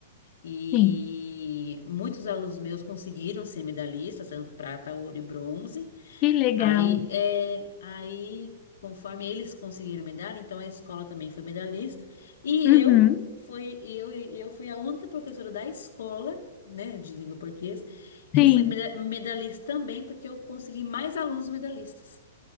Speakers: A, on the left (about 75°); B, on the left (about 35°).
A: E
B: sim.
A: muitos alunos meus conseguiram ser medalhistas, tanto prata, ouro e bronze.
B: Que legal.
A: Aí, é, aí, conforme eles conseguiram medalha, então a escola também foi medalhista. E eu
B: Uhum,
A: fui, eu, eu fui a única professora da escola, né, de língua portuguesa, que
B: sim.
A: fui meda- medalhista também, porque eu consegui mais alunos medalhistas.